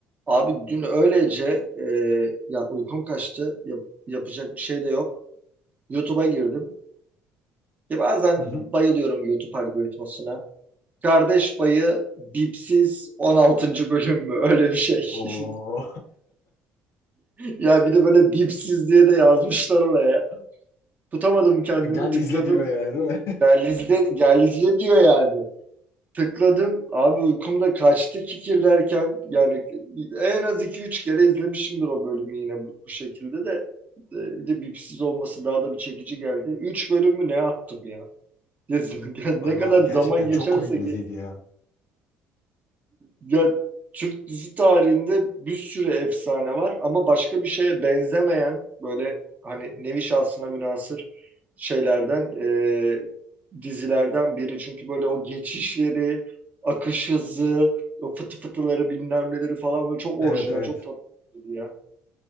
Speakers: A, on the right; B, on the left.
A: Abi dün öylece e, ya uykum kaçtı. Yap- yapacak bir şey de yok. YouTube'a girdim. Ya bazen
B: Hı hı.
A: bayılıyorum YouTube algoritmasına. Kardeş Payı Bipsiz 16. bölüm mü? <laughs> Öyle bir şey.
B: Oo.
A: <laughs> Ya bir de böyle bipsiz diye de yazmışlar oraya. Tutamadım
B: <laughs>
A: kendimi
B: Gel
A: tıkladım.
B: izle diyor yani değil mi?
A: Gel izle, gel izle diyor yani. Tıkladım. Abi uykumda kaçtı kikir derken. Yani en az iki üç kere izlemişimdir o bölümü yine bu, bu şekilde de. E, Bir de bipsiz olması daha da bir çekici geldi. üç bölüm mü ne yaptım ya? <laughs>
B: <laughs> Ay
A: Ne kadar
B: valla gerçekten
A: zaman geçerse
B: çok komik bir
A: geç.
B: diziydi ya.
A: Ya Türk dizi tarihinde bir sürü efsane var ama başka bir şeye benzemeyen böyle hani nevi şahsına münasır şeylerden e, dizilerden biri. Çünkü böyle o geçişleri, akış hızı, o fıtı fıtıları bilmem neleri falan böyle çok orijinal,
B: Evet evet.
A: çok tatlı ya.